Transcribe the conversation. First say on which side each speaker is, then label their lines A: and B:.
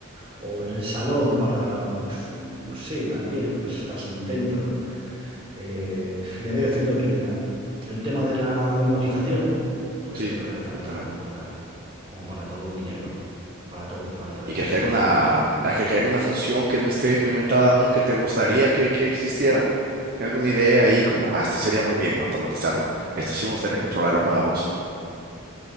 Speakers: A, on the right; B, on the right.
A: o en el salón para, pf, pues sí, también, pues estás dentro eh, le veo cierta utilidad. El tema de la domotización, pues
B: Sí,
A: creo que hace falta
B: cuéntame.
A: como para, como para todo dinero. Para todo hace falta
B: ¿Y
A: dinero,
B: crees que hay alguna,
A: Manuel.
B: ah, crees que hay alguna función que no esté implementada aún que te gustaría que, que existiera? ¿Hay alguna idea ahí como, ah, esto sería muy bien automatizarlo? Esto sí me gustaría controlarlo con la voz.